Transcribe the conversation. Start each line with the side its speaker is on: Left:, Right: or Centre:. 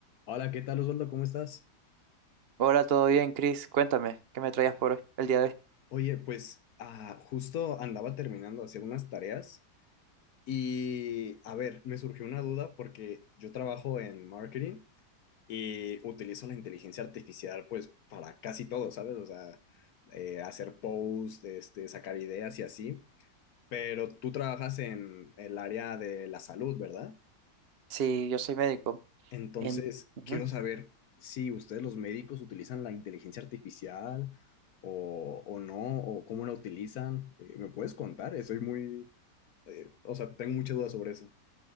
Left: Hola, ¿qué tal Osvaldo? ¿Cómo estás?
Right: Hola, ¿todo bien, Chris? Cuéntame, ¿qué me traías por hoy- el día de hoy?
Left: Oye, pues ah, justo andaba terminando de hacer unas tareas y, a ver, me surgió una duda porque yo trabajo en marketing y utilizo la inteligencia artificial pues para casi todo, ¿sabes? O sea, eh, hacer posts, este, sacar ideas y así, pero tú trabajas en el área de la salud, ¿verdad?
Right: Sí, yo soy médico.
Left: Entonces,
Right: En... Ujú.
Left: quiero saber si ustedes los médicos utilizan la inteligencia artificial o, o no, o cómo la utilizan. Eh, ¿me puedes contar? Estoy muy, eh, o sea, tengo muchas dudas sobre eso.